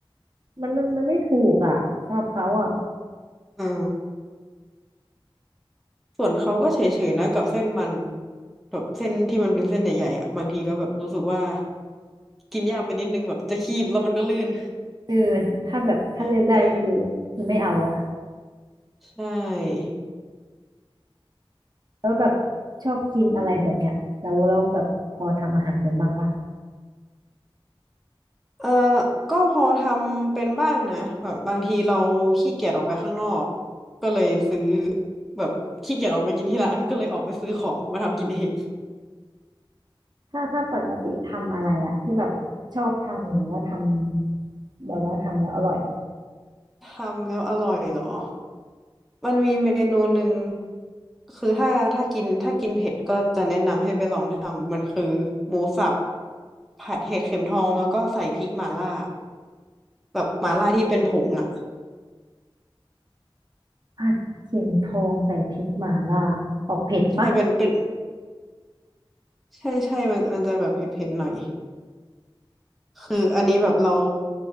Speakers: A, on the right (about 50°); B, in the centre.
A: มันมันมันไม่ถูกอ่ะสำหรับเขาอ่ะ
B: อ๋อ ส่วนเขาก็เฉยๆนะกับเส้นมันแบบเส้นที่มันเป็นเส้นใหญ่ๆอ่ะบางทีก็แบบรู้สึกว่ากินยากไปนิดนึงแบบจะคีบแล้วมันก็ลื่น
A: เออถ้าแบบถ้าเลือกได้ก็คือคือไม่เอาอ่ะ
B: <laughs> เออใช่
A: แล้วแบบชอบกินอะไรแบบเนี้ยแล้วแล้วแบบพอทำอาหารเป็นบ้างปะ
B: เออก็พอทำเป็นบ้างนะแบบบางทีเราขี้เกียจออกไปข้างนอกก็เลยซื้อแบบขี้เกียจออกไปกินที่ร้านก็เลยออกไปซื้อของมาทำกินเอง
A: ถ้าถ้าปกติทำอะไรอ่ะที่แบบชอบทำหรือว่าทำแบบว่าทำแล้วอร่อย
B: <laughs> ทำแล้วอร่อยเหรอ มันมีเมนูหนึ่งคือถ้าถ้ากินถ้ากินเผ็ดก็จะแนะนำให้ไปลองทำมันคือหมูสับผัดเห็ดเข็มทองแล้วก็ใส่พริกหม่าล่าแบบหม่าล่าที่เป็นผงอ่ะ
A: ผัดเข็มทองใส่พริกหม่าล่าออกเผ็ดปะ
B: ใช่เป็นเป็นใช่ใช่มันมันจะแบบเผ็ดเผ็ดหน่อยคืออันนี้แบบเรา